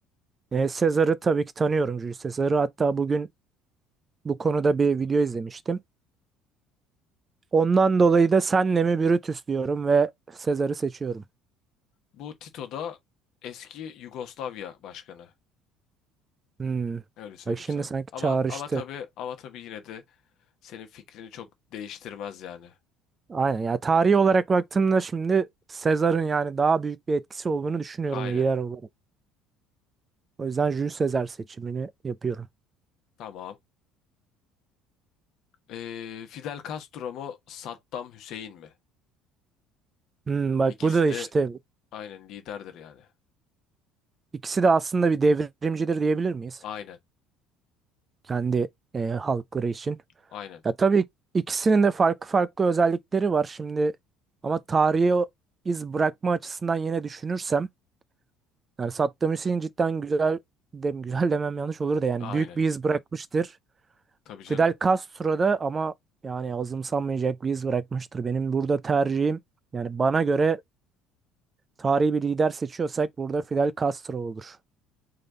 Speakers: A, on the right; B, on the left.
A: E, Sezar'ı tabii ki tanıyorum Julius Sezar'ı. Hatta bugün bu konuda bir video izlemiştim. Ondan dolayı da senle mi Brutus diyorum ve Sezar'ı seçiyorum.
B: Bu Tito da eski Yugoslavya başkanı.
A: Hmm.
B: Öyle söyleyeyim
A: Bak şimdi
B: sana.
A: sanki
B: Ama
A: çağrıştı.
B: ama tabii ama tabii yine de senin fikrini çok değiştirmez yani.
A: Aynen ya tarihi olarak baktığımda şimdi Sezar'ın yani daha büyük bir etkisi olduğunu düşünüyorum
B: Aynen.
A: lider olarak. O yüzden Julius Sezar seçimini yapıyorum.
B: Tamam. Ee, Fidel Castro mu Saddam Hüseyin mi?
A: Hmm, bak
B: İkisi
A: bu da
B: de
A: işte
B: aynen liderdir yani.
A: ikisi de aslında bir devrimcidir diyebilir miyiz?
B: Aynen.
A: kendi e, halkları için.
B: Aynen.
A: Ya tabii ikisinin de farklı farklı özellikleri var şimdi ama tarihe o iz bırakma açısından yine düşünürsem yani Saddam Hüseyin cidden güzel dem güzel demem yanlış olur da yani
B: Aynen.
A: büyük bir iz bırakmıştır.
B: Tabii
A: Fidel
B: canım.
A: Castro da ama yani azımsanmayacak bir iz bırakmıştır. Benim burada tercihim yani bana göre tarihi bir lider seçiyorsak burada Fidel Castro olur.